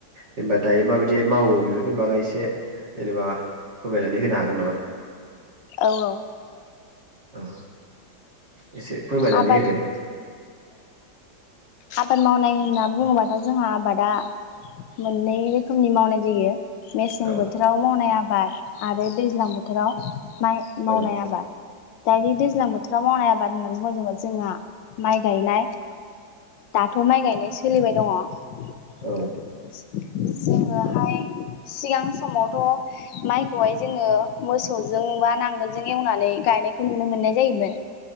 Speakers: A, on the right; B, on the left.
A: जेनेबा दायो माबायदि मावो बेफोरनि बागै एसे जेनेबा फोरमायनानै होनो हागोन नामा?
B: औ औ।
A: ओ। एसे फोरमायनानै
B: आबाद
A: होदो।
B: आबाद‌ मावनाय होनना बुंङोबाथ' जोंहा आबादा मोननै रोखोमनि मावनाय जायो। मेसें
A: औ
B: बोथोराव मावनाया बाद आरो दैज्लां बोथोराव माइ
A: औ
B: मावनाय आबाद दायो दैज्लां बोथो राव मावनाय आबाद। होननानै बुंङोजाबा जोंहा माइ गायनाय। दाथ' माइ गायनाय सोलिबाय दंङ।
A: औ
B: <inaudible> जोंङोहाय सिगां समावथ' माइखौहाय जोंङो मोसौजों बा नांगोलजों एवनानै गायनायखौ नुनो मोननाय जायोमोन।